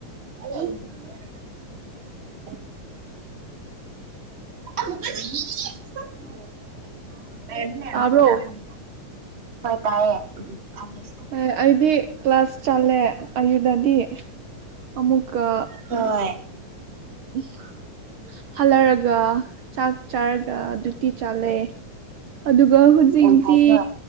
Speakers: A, on the right (about 30°); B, on the right (about 75°).
A: <unintelligible>
B: <unintelligible>
A: <unintelligible>
B: ꯇꯥꯕ꯭ꯔꯣ
A: ꯍꯣꯏ ꯇꯥꯏꯌꯦ ꯎꯝ ꯎꯝ <unintelligible>
B: ꯌꯦ ꯑꯩꯗꯤ ꯀ꯭ꯂꯥꯁ ꯆꯠꯂꯦ ꯑꯌꯨꯗꯗꯤ ꯑꯃꯨꯛꯀꯥ
A: ꯍꯣꯏ
B: <unintelligible> ꯍꯜꯂꯔꯒ ꯆꯥꯛ ꯆꯥꯔꯒ ꯗꯨꯨꯠꯇꯤ ꯆꯜꯂꯦ ꯑꯗꯨꯒ ꯍꯨꯖꯤꯛꯇꯤ
A: ꯌꯥꯝ ꯐꯩꯀꯣ